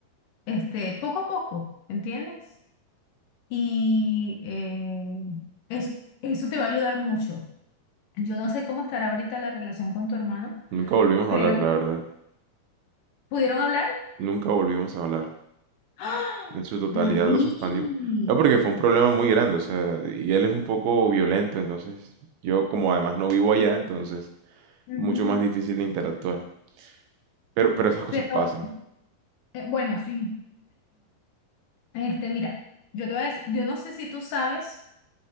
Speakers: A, on the left (about 70°); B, on the right (about 80°).
A: este, poco a poco, ¿entiendes? Y eh, es- eso te va a ayudar mucho. Yo no sé cómo estará ahorita la relación con tu hermano,
B: Nunca volvimos
A: pero
B: a hablar, la verdad.
A: ¿pudieron hablar?
B: Nunca volvimos a hablar.
A: ¡Ah!
B: En su totalidad
A: David.
B: lo suspendimos. No, porque fue un problema muy grande, o sea, y él es un poco violento, entonces yo como además no vivo allá, entonces
A: Ujú.
B: mucho más difícil de interactuar. Pero, pero esas cosas
A: Pero
B: pasan,
A: eh, bueno, sí. Este, mira, yo te voy a decir, yo no sé si tú sabes,